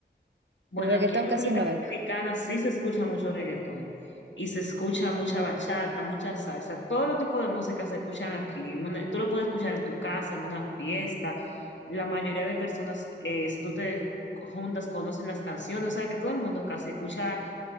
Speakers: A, on the left (about 80°); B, on the right (about 70°).
A: Bueno,
B: Reggaetón
A: aquí en República
B: casi no es.
A: Dominicana sí se escucha mucho reggaetón y se escucha mucha bachata, mucha salsa, todo los tipos de música se escuchan aquí. En una- tú lo puedes escuchar en tu casa, en una fiesta. La mayoría de personas, eh, si tú te juntas, conocen las canciones, o sea que todo el mundo casi escucha